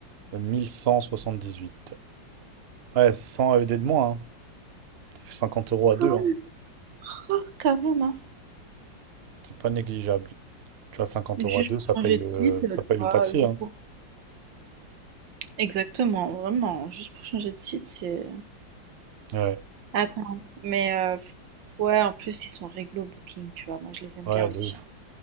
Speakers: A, on the right; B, on the right.
A: euh, 1178. Ouais, 100 AED de moins. hein. Ça fait 50 euros à deux.
B: Cool.
A: hein.
B: Oh, quand même, hein.
A: C'est pas négligeable. Tu vois, 50
B: Juste
A: euros à deux,
B: pour
A: ça
B: changer
A: paye le,
B: de site, euh,
A: ça
B: tu
A: paye le
B: vois,
A: taxi.
B: euh, juste
A: hein.
B: pour- Exactement, vraiment, juste pour changer de site, c'est...
A: Ouais,
B: Attends, mais euh, ouais, en plus, ils sont réglo Booking, tu vois, moi je les aime
A: ouais,
B: bien aussi.
A: de ouf.
B: hein.